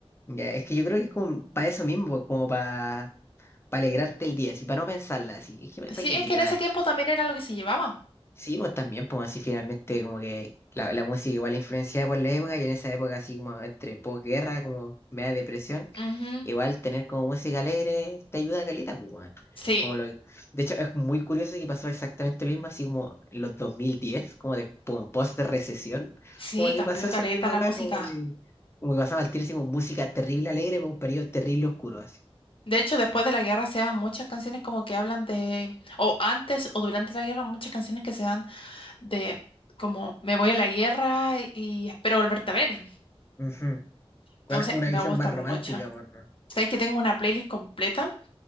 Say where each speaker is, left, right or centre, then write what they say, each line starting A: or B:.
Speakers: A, on the left; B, on the left.
A: Ya, es que yo creo que es como para eso mismo, como para alegrarte el día, así para no pensarla, así. Es que
B: Sí,
A: para qué
B: es
A: quería
B: que en ese
A: nada.
B: tiempo también era lo que se llevaba.
A: Sí, vos también, pues así finalmente, como que la, la música igual influenciada por la época y en esa época, así como entre posguerra, como media depresión.
B: Ujú,
A: Igual tener como música alegre te ayuda a caleta, pues, weón.
B: Sí,
A: Como lo, de hecho, es muy curioso que pasó exactamente lo mismo, así como en los 2010 como de pum, post de recesión,
B: sí,
A: como que
B: cambió
A: pasó esa
B: caleta
A: misma
B: la
A: weá,
B: música.
A: como de, como que pasaba el tiro así como música terrible alegre para un periodo terrible oscuro, así.
B: De hecho, después de la guerra se dan muchas canciones como que hablan de, o antes o durante la guerra, muchas canciones que se dan de como me voy a la guerra y espero volverte a ver.
A: Ujú.
B: Entonces,
A: Igual como una
B: me
A: visión
B: gustan
A: más romántica,
B: mucho.
A: por
B: Sabes que tengo una playlist completa